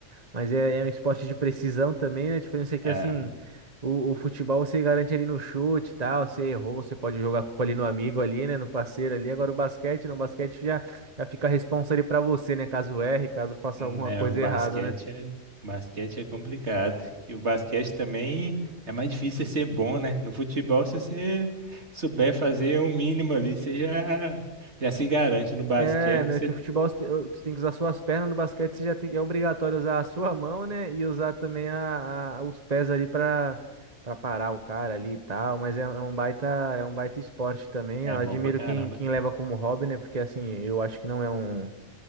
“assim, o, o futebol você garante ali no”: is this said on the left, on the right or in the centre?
Right